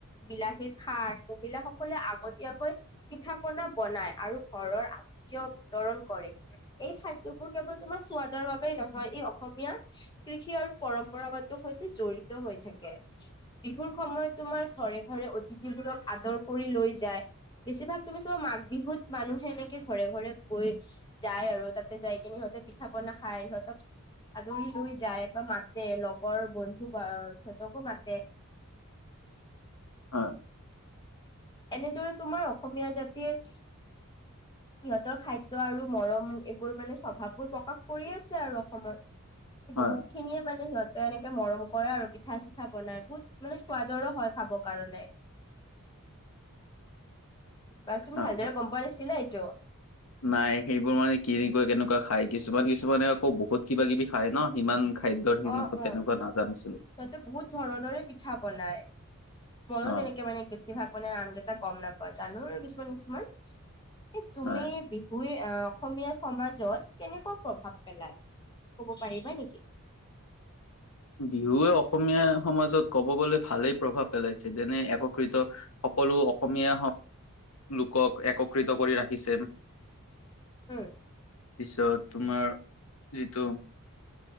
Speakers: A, on the left; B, on the left.
A: বিলাহীৰ খাৰ মহিলা সকলে আগতীয়াকৈ পিঠা পনা বনাই আৰু ঘৰৰ আতীয় বিতৰণ কৰে, এই খাদ্য বোৰ কেৱল তোমাৰ সোৱাদৰ বাবে নহয়, এই অসমীয়া কৃষি আৰু পৰম্পৰাগত সৈতে জড়িত হৈ থাকে। বিহুৰ সময়ত তোমাৰ ঘৰে ঘৰে অতিথিবোৰক আদৰ কৰি লৈ যায়। বেছিভাগ তুমি চাবা মাঘ বিহুত মানুহে এনেকে ঘৰে ঘৰে গৈ যায় আৰু তাতে যাই কিনে সিহঁতে পিঠা পনা খাই সিহঁতক আদৰি লৈ যায় বা মাতে লগৰ বন্ধু বা সিহঁতকো মাতে
B: <inaudible> হয়
A: এনেদৰে তোমাৰ অসমীয়া জাতিৰ সিহঁতৰ খাদ্য আৰু মৰম এইবোৰ মানে স্বভাৱবোৰ প্ৰকাশ কৰি আছে আৰু অসমত। এ
B: হয়
A: বহুত খিনিয়ে মানে সিহঁতে এনেকে মৰম কৰে আৰু পিঠা চিঠা বনাই, বহুত মানে সোৱাদৰো হয় খাবৰ কাৰণে।
B: <inaudible>
A: বাৰু তুমি
B: হয়
A: ভালদৰে
B: হয়
A: গম পোৱা নাছিলা এইটো।
B: নাই সেইবোৰ মানে কিৰে কেনেকুৱা খাই কিছুমান কিছুমানে আকৌ বহুত কিবা কিবি খায় নহ সিমান। খাদ্যৰ <unintelligible>
A: অ', অ'।
B: তেনেকুৱা নাজানিছিল।
A: সিহঁতে বহুত ধৰণৰে পিঠা বনাই মইয়ো
B: অ
A: তেনেকে মানে বেছি। বেছিভাগ মানে নাম কেইটা গম নাপাওঁ জানো কিছুমান কিছুমান এই তুমি
B: হয়
A: বি হুই আহ অসমীয়া সমাজত কেনেকুৱা প্ৰভাৱ পেলাই ক'ব পাৰিবা নেকি।
B: বিহুৱে অসমীয়া সমাজত ক'ব গ'লে ভালেই প্ৰভাৱ পেলাইছে যেনে এককৃত। সকলো অসমীয়া লোকক একত্ৰিত কৰি ৰাখিছে।
A: হুম।
B: পিছত তোমাৰ যিটো।